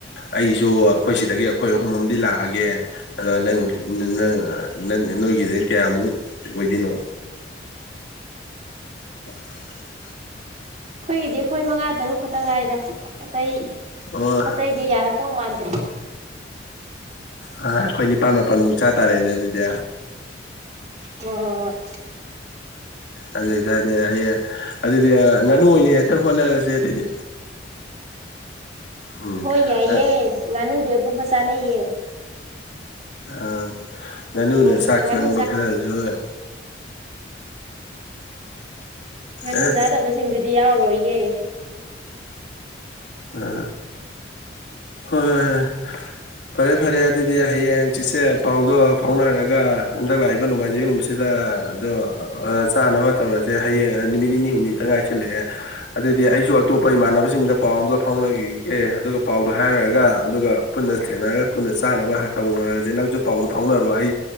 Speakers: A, on the left; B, on the right.
A: ꯑꯩꯁꯨ ꯑꯩꯈꯣꯏ ꯁꯤꯗꯒꯤ ꯑꯩꯈꯣꯏ ꯑꯍꯨꯝ ꯑꯝꯗꯤ ꯂꯥꯛꯑꯒꯦ ꯑꯗꯣ ꯅꯪ ꯅꯪ ꯅꯪ ꯅꯣꯏꯒꯤꯗꯨ ꯀꯌꯥꯃꯨꯛ ꯑꯣꯏꯗꯤꯅꯣ <inaudible>
B: ꯑꯩꯈꯣꯏꯒꯤꯗꯤ ꯑꯩꯈꯣꯏ ꯃꯉꯥ ꯇꯔꯨꯛ ꯇꯉꯥꯏꯗ ꯑꯇꯩ
A: ꯑꯣ
B: ꯑꯇꯩꯗꯤ ꯌꯥꯔꯛꯇꯧ ꯃꯥꯟꯗ꯭ꯔꯦ
A: ꯑ ꯑꯩꯈꯣꯏ ꯅꯤꯄꯥꯜ ꯃꯥꯄꯜ ꯃꯨꯛ ꯆꯥ ꯇꯥꯔꯦꯅꯦ ꯑꯗꯨꯗꯤ
B: ꯍꯣꯏ ꯍꯣꯏ ꯍꯣꯏ
A: ꯑꯗꯨ ꯑꯣꯏꯇꯥꯔꯗꯤ ꯑꯩ ꯑꯗꯨꯗꯤ ꯉꯥꯅꯨ ꯑꯣꯏꯅ ꯍꯦꯛꯇ ꯍꯣꯠꯅꯔꯁꯦ ꯑꯗꯨꯗꯤ ꯎꯝ
B: ꯍꯣꯏ ꯌꯥꯏꯌꯦ
A: ꯑ
B: ꯉꯅꯨꯗꯤ ꯑꯕꯨ ꯃꯁ ꯆꯅꯌꯦꯦ
A: ꯑ ꯉꯥꯅꯨꯅ
B: ꯃꯣꯏ
A: ꯆꯥꯛ
B: ꯉꯥꯅꯨ
A: ꯆꯪꯕꯈꯔꯁꯨ ꯑꯝ
B: ꯉꯅꯨ
A: ꯑꯦ
B: ꯆꯥꯗꯕꯁꯤꯡꯗꯨꯗꯤ ꯌꯥꯎꯔꯣꯏ ꯌꯦ
A: ꯑ ꯍꯣꯏ ꯐꯔꯦ ꯐꯔꯦ ꯑꯗꯨꯗꯤ ꯍꯌꯦꯡ ꯍꯪꯆꯤꯠꯁꯦ ꯄꯥꯎꯗꯣ ꯐꯥꯎꯅꯔꯒ ꯍꯟꯗꯛ ꯂꯥꯛꯏꯕ ꯅꯣꯡꯃꯥꯏꯖꯤꯡ ꯅꯨꯃꯤꯠꯁꯤꯗ ꯑꯗꯣ ꯆꯥꯅꯕ ꯇꯧꯔꯁꯦ ꯍꯌꯦꯡ ꯅꯨꯃꯤꯠ ꯅꯤꯅꯤ ꯍꯨꯝꯅꯤꯇꯪ ꯉꯥꯏꯁꯤꯜꯂꯛꯑꯦ ꯑꯗꯨꯗꯤ ꯑꯩꯁꯨ ꯑꯇꯣꯞꯄ ꯏꯃꯥꯟꯅꯕꯁꯤꯡꯗ ꯄꯥꯎ ꯑꯝꯇ ꯐꯥꯎꯅꯈꯤꯒꯦ ꯑꯗꯨꯒ ꯄꯥꯎꯗꯣ ꯍꯥꯏꯔꯛꯒ ꯑꯗꯨꯒ ꯄꯨꯟꯅ ꯊꯦꯡꯅꯔꯒ ꯄꯨꯟꯅ ꯆꯥꯅꯕ ꯇꯧꯅꯔꯁꯦ ꯅꯪꯁꯨ ꯄꯥꯎꯗ ꯐꯥꯎꯅꯔꯣ ꯑꯩ